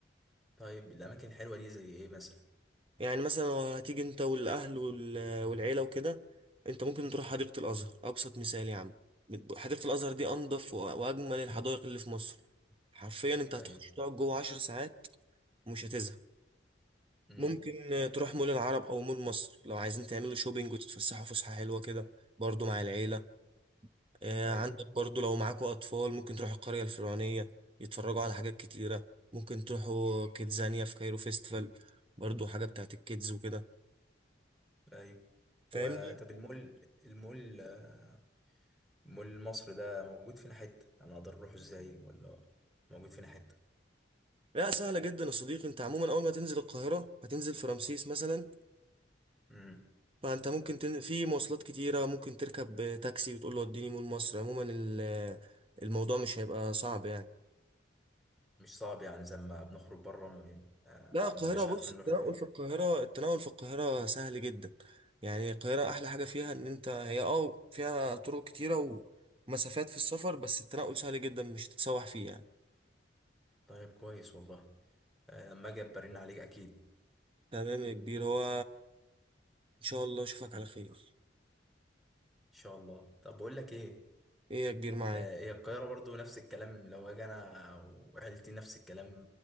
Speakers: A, in the centre; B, on the right.
A: طيب الأماكن الحلوة دي زي إيه مثلا؟
B: يعني مثلا لو هتيجي انت والاهل وال- والعيله وكده انت ممكن تروح حديقه الازهر ابسط مثال يا عم حديقه الازهر دي انضف و- واجمل الحدائق اللي في مصر حرفيا انت هتخش
A: أيوه
B: تقعد جوه عشر ساعات ومش هتزهق
A: أمم
B: ممكن تروح مول العرب او مول مصر لو عايزين تعملوا شوبينج وتتفسحوا فسحه حلوه كده برضو مع العيله آه،
A: أيوه
B: عندك برضو لو معاكوا اطفال ممكن تروحوا القريه الفرعونيه يتفرجوا على حاجات كتيره ممكن تروحوا كيدزانيا في كايرو فيستيفال برضو حاجه بتاعت الكيدز وكده
A: أيوه
B: فاهمني
A: هو طب المول المول آه مول مصر ده موجود فين حتة؟ أنا أقدر أروح إزاي ولا موجود فين حتة؟
B: لا سهلة جدا يا صديقي انت عموما اول ما تنزل القاهرة هتنزل في رمسيس مثلا
A: أمم
B: فانت ممكن تن... في مواصلات كتيرة ممكن تركب تاكسي وتقول له اديني مول مصر عموما ال- الموضوع مش هيبقى صعب يعني
A: مش صعب يعني زي ما بنخرج بره ما بين- آه
B: لا القاهرة
A: بنبقاش
B: بص
A: عارفين
B: التنقل
A: نروح الحتة
B: في القاهرة التنقل في القاهرة سهل جدا يعني القاهرة احلى حاجة فيها ان انت هي اه فيها طرق كتيرة ومسافات في السفر بس التنقل سهل جدا مش تتسوح فيه يعني
A: طيب كويس والله آه، لما اجي برن عليك اكيد ان
B: تمام يا كبير هو ان شاء الله اشوفك على خير
A: شاء الله طب بقول لك ايه
B: ايه يا كبير معاك
A: آه، هي القاهره برضو نفس الكلام لو اجي انا وعيلتي نفس الكلام